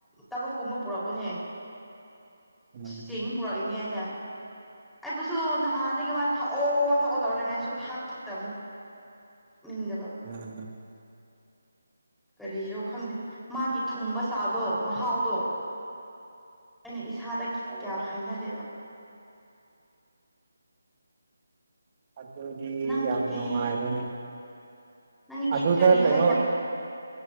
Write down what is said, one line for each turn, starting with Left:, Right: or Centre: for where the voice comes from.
Centre: ꯇꯔꯨꯛꯀꯨꯝꯕ ꯄꯨꯔꯛꯄꯅꯦ
Right: ꯎꯨꯝ
Centre: ꯆꯦꯡ ꯄꯨꯔꯛꯏꯅꯦ ꯑꯩꯅ ꯑꯩꯕꯨꯁꯨ ꯅꯍꯥꯟꯗꯒꯤ ꯃꯥ ꯊꯛꯑꯣ ꯊꯛꯑꯣ ꯇꯧꯔ ꯂꯩꯕꯅꯦ ꯑꯩꯁꯨ ꯁꯨꯛꯊꯛ ꯊꯛꯇꯕꯅꯦ ꯃꯤꯡꯗꯕ
Right: ꯎꯝ
Centre: ꯀꯔꯤꯔꯣ ꯈꯪꯗꯦ ꯃꯥꯒꯤ ꯊꯨꯝꯕ ꯆꯥꯗꯣ ꯃꯍꯥꯎꯗꯣ ꯑꯩꯅ ꯏꯁꯥꯗ ꯀꯌꯥ
Right: ꯑꯣ
Centre: ꯍꯥꯏꯅꯗꯦꯕ
Right: ꯑꯗꯨꯗꯤ
Centre: ꯅꯪꯒꯤꯗꯤ
Right: ꯌꯥꯝꯅꯨꯉꯥꯏꯔꯦꯅꯦ
Centre: ꯅꯪꯒꯤꯗꯤ
Right: ꯑꯗꯨꯗ
Centre: ꯀꯔꯤ
Right: ꯀꯩꯅꯣ
Centre: ꯍꯥꯏꯅ